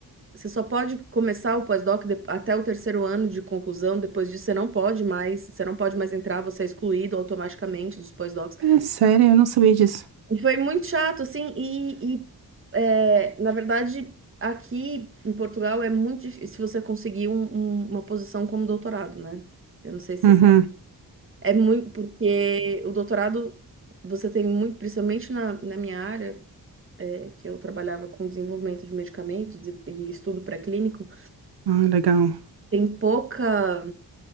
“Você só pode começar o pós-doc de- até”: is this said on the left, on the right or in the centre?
Right